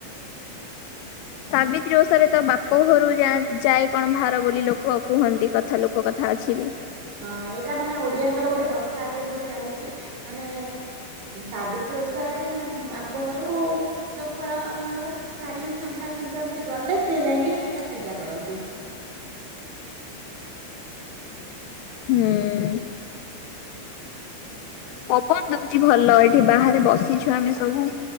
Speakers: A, on the left; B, on the right.
A: ସାବିତ୍ରୀ ଓଷାରେ ତ ବାପ ଘରୁ ଯା ଯାଏ କଣ ଭାର ବୋଲି, ଲୋକ କୁହନ୍ତି କଥା, ଲୋକ କଥା ଅଛି ବି।
B: ହଁ, ଏଇଟା ମାନେ ଓଡିଆଙ୍କର ଗୋଟେ ପ୍ରଥା, ଯୋଉ ଏମିତି ଚାଲିଚି ମାନେ, ସାବିତ୍ରୀ ଓଷା ରେ, ମାନେ ବାପ ଘରୁ ସବୁ ଫଳ, ମୂଳ, ଶାଢୀ, ଶଙ୍ଖା ସିନ୍ଦୁର ଏମିତି ଗଲେ, ସେ ଯାଇକି ସେଇଟା ପୂଜା କରନ୍ତି।
A: ହୁଁ ଉଁ।
B: <unintelligible>
A: ପବନ ଦଉଚି ଭଲ, ଏଠି ବାହାରେ ବସିଛୁ ଆମେ ସବୁ।